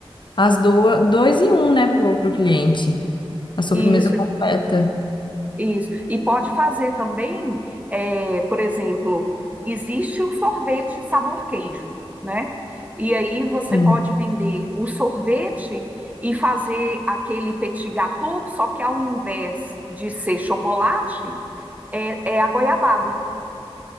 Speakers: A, on the left; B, on the right.
A: as duas, dois em um, né, pro, pro cliente. A sobremesa
B: Isso.
A: completa.
B: Isso. E pode fazer também, é, por exemplo, existe o sorvete sabor queijo, né? E aí você
A: Sim.
B: pode vender o sorvete e fazer aquele petit gâteau, só que ao invés de ser chocolate, é, é a goiabada.